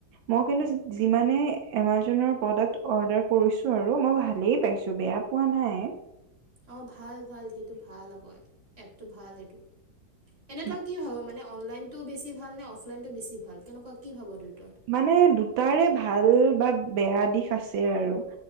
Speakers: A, on the right (about 85°); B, on the right (about 35°).
A: মই কিন্তু যিমানে এমাজনৰ প্ৰডাক্ট অৰ্ডাৰ কৰিছো আৰু মই ভালেই পাইছোঁ বেয়া পোৱা নাই।
B: অ', ভাল, ভাল। সেইটো ভাল আকৌ, এপটো ভাল এইটো। এনে
A: ভাল।
B: তই কি ভাব মানে, অনলাইনটো বেছি ভাল নে অফলাইনটো বেছি ভাল, কেনেকুৱা কি ভাব দুয়োটাৰ?
A: মানে দুটাৰে ভাল বা বেয়া দিশ আছে আৰু।